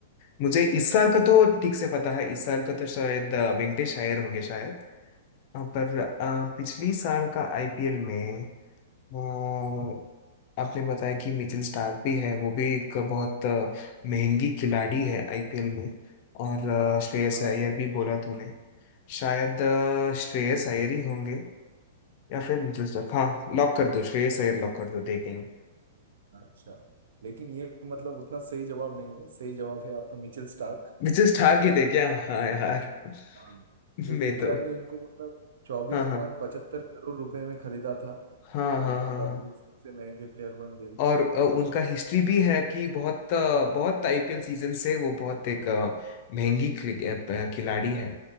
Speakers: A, on the left; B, on the right.
A: मुझे इस साल का तो ठीक से पता है इस साल का तो शायद अ, वेंकटेश अय्यर होंगे शायद अ, पर अ, पिछली साल का आईपीएल में अ, आपने बताया कि मिचेल स्टार्क भी है वो भी एक बहुत अ, महंगी खिलाड़ी है आईपीएल में और अ, श्रेयस
B: हाँ
A: अय्यर भी बोला तूने शायद अ, श्रेयस अय्यर ही होंगे या फिर मिचेल स्टार्क हाँ लॉक कर दो श्रेयस अय्यर लॉक कर दो देखेंगे
B: अच्छा लेकिन ये मतलब उतना सही जवाब नहीं है सही जवाब है आपका मिचेल स्टार्क
A: मिचेल स्टार्क
B: मतलब
A: ही देखे हाँ यार <laughs>
B: हाँ तो
A: मैं
B: केकेआर
A: तो
B: ने इनको मतलब चौबीस
A: हाँ हाँ
B: पॉइंट पचहत्तर करोड़ रुपए में खरीदा था
A: हाँ
B: और
A: हाँ हाँ
B: मतलब
A: हाँ
B: ये सबसे महंगे प्लेयर बन गए
A: और अ, उनका हिस्ट्री भी है कि बहुत अ, बहुत आईपीएल सीजन से वो बहुत एक अ, महंगी क्रि- अ, खिलाड़ी है